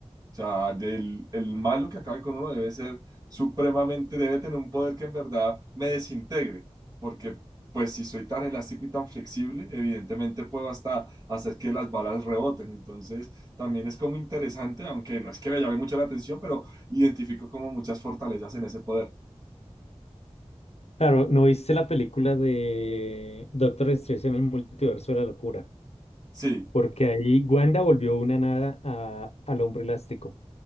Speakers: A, on the right; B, on the left.
A: O sea, del, el malo que acabe con uno debe ser supremamente, debe tener un poder que en verdad me desintegre, porque pues si soy tan elástico y tan flexible, evidentemente puedo hasta hacer que las balas reboten. Entonces, también es como interesante, aunque no es que me llame mucho la atención, pero identifico como muchas fortalezas en ese poder.
B: Claro, ¿no viste la película de Doctor Strange en el multiverso de la locura?
A: Sí.
B: Porque ahí Wanda volvió una nada a- al hombre elástico.